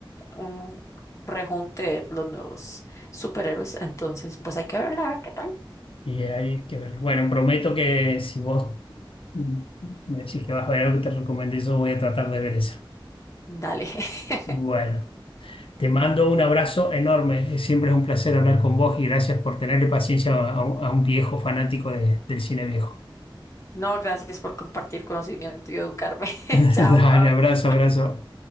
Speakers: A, on the left; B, on the left.
A: un rejunte de los nuevos superhéroes, entonces pues hay que verla, a ver qué tal.
B: Y hay que ver. Bueno, prometo que si vos mm, me decís que vas a ver algo que te recomendé, yo voy a tratar de ver esa.
A: Dale. <laughs>
B: Bueno, te mando un abrazo enorme. Siempre es un placer hablar con vos y gracias por tenerle paciencia a, a un a un viejo fanático de- del cine viejo.
A: No, gracias por compartir conocimiento y educarme. <laughs>
B: <laughs>
A: Chao,
B: Dale,
A: Pablo.
B: abrazo, abrazo.